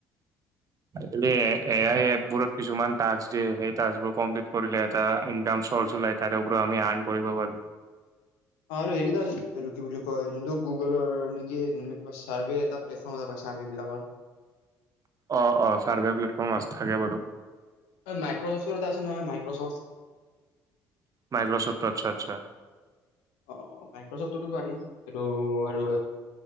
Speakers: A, on the right; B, on the left.
A: এনেই এয়াই ই এপবোৰত। কিছুমান টাস্ক দিয়ে সেই টাস্কবোৰ কমপিলিত কৰিলে এটা ইনকম চলচ ওলাই তাৰে পৰা আমি আৰ্ণ কৰিব পাৰো।
B: আৰু হেৰিটা আছে কি বুলি কয় যোনটো গুগলৰ নেকি চাৰ্ভে এটা প্লেটফৰ্ম এটা প চাৰ্ভে বিলাকৰ।
A: অ অ চাৰ্ভে প্লেটফৰ্ম আ থাকে বাৰু।
B: মাইক্ৰচফ্টৰত আছে নহয় মাইক্ৰচফ্ট।
A: মাইক্ৰ'চফ্ট আচ্ছা আচ্ছা।
B: অ মাইক্ৰচফটো পাৰি এইটো আৰু